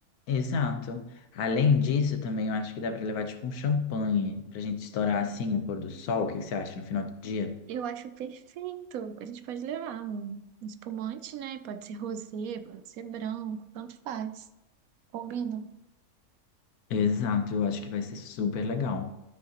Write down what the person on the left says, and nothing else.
exato. Além disso, também eu acho que dá para levar tipo um champanhe pra gente estourar assim o pôr do sol. O que que você acha no final do dia?
Exato, eu acho que vai ser super legal.